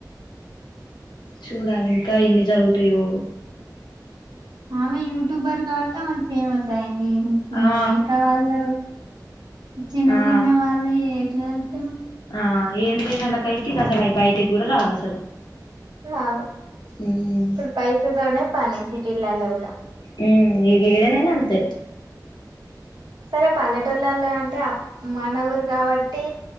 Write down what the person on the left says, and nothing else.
చూడాలి ఇంకా ఎన్ని జరుగుతాయో
ఆ
ఆ
ఆ ఏం లేనోల్ల కయితే ఇక అసలు అవి బయటికి కూడా రావు అసలు
ఉమ్
హుమ్ ఇగ ఈడేన తే